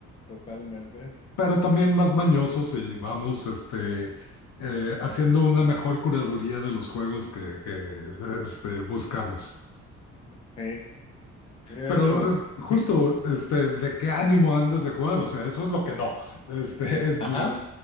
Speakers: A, on the left; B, on the left.
A: Totalmente.
B: pero también más mañosos y vamos este, eh, haciendo una mejor curaduría de los juegos que, que, este, buscamos.
A: Hey, de
B: Pero
A: hecho.
B: eh,
A: ujú.
B: justo, este, ¿de qué ánimo andas de jugar? O sea, eso es lo que no. Este, <laughs> de-
A: Ajá.